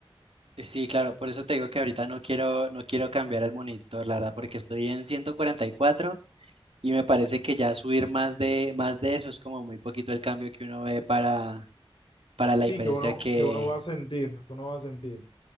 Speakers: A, on the right; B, on the left.
A: Eh, Sí, claro, por eso te digo que ahorita no quiero, no quiero cambiar el monitor, la verdad, porque estoy en 144 y cuatro y me parece que ya subir más de, más de eso es como muy poquito el cambio que uno ve para para la
B: Sí,
A: diferencia
B: que uno,
A: que,
B: que uno va a sentir, que uno va a sentir.